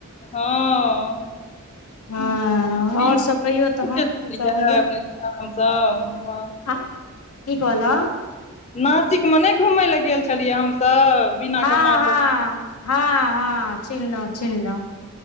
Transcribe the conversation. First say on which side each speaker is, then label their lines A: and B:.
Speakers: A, on the left; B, on the left.
A: हँ रामसँ
B: हँ आओर सब कहियौ तहन की सब होइया आ की कहल
A: नासिक में नहि घूमय लए गेल छलियै हमसब बिना
B: हँ
A: कऽ मां
B: हँ
A: सब
B: हँ हँ चिन्हलौं चिन्हलौं